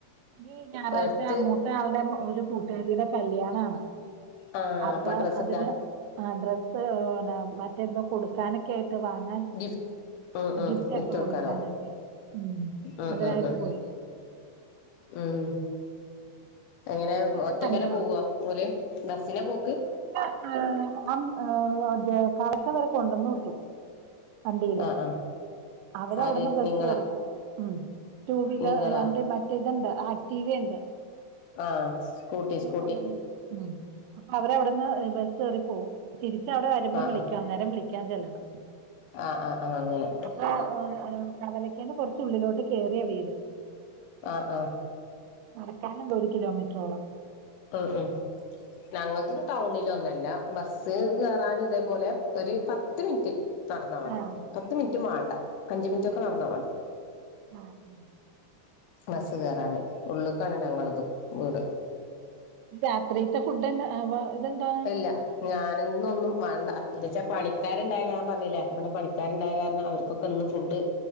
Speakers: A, on the right; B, on the left.
A: ഈ ഞായറാഴ്ച
B: എടുത്ത്
A: മൂത്തയാളുടെ ഒരു കൂട്ടുകാരിയുടെ കല്യാണാണ്
B: ആ
A: അപ്പൊ
B: ഡ്രസ്സ്
A: അതിന്
B: എടുക്കാ
A: ആഹ് ഡ്രസ്സ് പിന്നെ മറ്റെന്തോ കൊടുക്കാനൊക്കെ ആയിട്ട് വാങ്ങാൻ
B: ഗിഫ് ആഹ് ആഹ്
A: ഗിഫ്റ്റൊക്കെ
B: ഗിഫ്റ്റ് കൊടക്കാനവും
A: കൊടുക്കാനൊക്കെ ഉം
B: ആഹ്
A: അതിനായിട്ട്
B: ആഹ് ആഹ്
A: പോയി.
B: ഉം എങ്ങനെ
A: ഇപ്പൊ ഞാൻ
B: ഒറ്റക്കന്നെ
A: തന്നെയുള്ളു.
B: പോവോ ഓല് ദർസിലാ പോക്ക്
A: ആഹ് ആൻ അതെ കാക്ക ഇവരെ കൊണ്ടന്ന് വിട്ടു വണ്ടിയിലെ
B: ആ ആ
A: അവര്
B: ആര്
A: അവിടുന്ന് ബസ്സ്
B: നിങ്ങളാ
A: കറിപ്പോവും ഉം ടു വീലർ
B: നിങ്ങളാ
A: എന്റെ മറ്റേ ഇതുണ്ട് ആക് ക്ടീവെ ഇണ്ട്
B: ആഹ് സ്കൂട്ടി സ്കൂട്ടി
A: കൊണ്ടന്ന് വിട്ടു ഉം അപ്പൊ അവരവിടെന്ന് ബസ്സ് കേറി പോവും തിരിച്ചവിടെ വരുമ്പോ
B: ആ
A: വിളിക്കാം അന്നേരം വിളിക്കാൻ ചെല്ലണം
B: ആഹ് ആഹ് ആഹ് അങ്ങനെ
A: <unintelligible> കവലക്കന്ന് കുറച്ചുള്ളിലോട്ട് കേറിയ വീട്
B: ആഹ് ആഹ്
A: നടക്കാനുണ്ട് ഒരു കിലോമീറ്ററോളം
B: ആഹ് ആഹ് ഞങ്ങൾതും ടൗണിലൊന്നല്ല ബസ്സ് കേറാൻ ഇതേപോലെ ഒരു പത്ത് മിനിറ്റ് നടന്നാ മതി
A: ആഹ്
B: പത്ത് മിൻറ്റും വാണ്ട അഞ്ചു മിൻറ്റ് ഒക്കെ
A: ഉണ്ട്
B: നടന്നാ മതി
A: ആഹ്
B: ബസ്സ് കേറാന് ഉള്ള്ക്കാണ് ഞങ്ങളതും വീട്
A: രാത്രിത്തെ ഫുഡ് എന്നാ അപ്പോ ഇതെന്താ
B: അല്ല ഞാനിന്നൊന്നും മാണ്ട എന്താച്ചാ പണിക്കാരുണ്ടായ ഞാൻ പറഞ്ഞില്ലേ നമ്മടെ പണിക്കാരുണ്ടായ കാരണം അവർക്ക് ക്കെക്കന്ന് ഫുഡ്